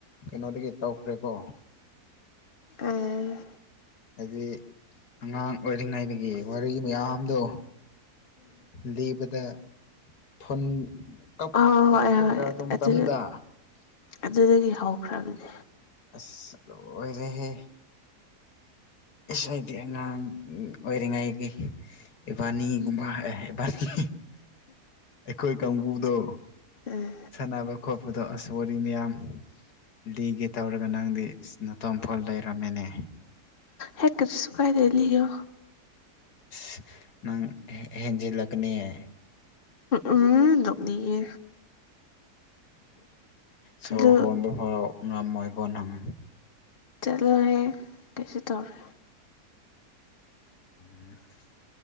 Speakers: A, on the left; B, on the left.
A: ꯀꯩꯅꯣꯗꯒꯤ ꯇꯧꯈ꯭ꯔꯦꯀꯣ
B: ꯎꯝ
A: ꯍꯥꯏꯗꯤ ꯑꯉꯥꯡ ꯑꯣꯏꯔꯤꯉꯩꯗꯒꯤ ꯋꯥꯔꯤ ꯃꯌꯥꯝꯗꯣ ꯂꯤꯕꯗ ꯐꯨꯟ ꯀꯞ
B: ꯍꯣꯏ
A: ꯀꯞꯄꯒꯤꯔ
B: ꯍꯣꯏ
A: ꯃꯇꯝꯗ
B: ꯑꯗꯨ ꯑꯗꯨꯗꯒꯤ ꯍꯧꯈ꯭ꯔꯕꯅꯦ
A: ꯑꯁ ꯂꯣꯏꯔꯦꯍꯦ ꯑꯁ ꯑꯩꯗꯤ ꯑꯉꯥꯡ ꯑꯣꯏꯔꯤꯉꯥꯏꯒꯤ ꯏꯕꯥꯅꯤꯒꯨꯝꯕ ꯏꯕꯅꯤ ꯑꯩꯈꯣꯏ ꯀꯥꯡꯕꯨꯗꯣ
B: ꯎꯝ
A: ꯁꯥꯟꯅꯕ ꯈꯣꯠꯄꯗꯣ ꯑꯁ ꯋꯥꯔꯤ ꯃꯤꯌꯥꯝ ꯂꯤꯒꯦ ꯇꯧꯔꯒ ꯅꯪꯗꯤ ꯏꯁ ꯅꯇꯣꯝꯐꯣꯟ ꯂꯩꯔꯝꯃꯦꯅꯦ
B: ꯍꯦꯠ ꯀꯩꯁꯨ ꯀꯥꯏꯗꯦ ꯂꯤꯌꯣ
A: ꯑꯁ ꯅꯪ ꯍꯦꯟꯖꯤꯜꯂꯛꯀꯅꯤꯌꯦ
B: ꯎ ꯎꯝ ꯅꯣꯛꯅꯤꯉꯦ
A: ꯁꯣꯔ
B: ꯑꯗꯨ
A: ꯍꯣꯟꯕ ꯐꯥꯎ ꯉꯃꯣꯏ ꯀꯣ ꯅꯪ
B: ꯆꯠꯂꯣꯏꯍꯦ ꯀꯩꯁꯨ ꯇꯧꯔꯦ
A: ꯎꯝ <inaudible>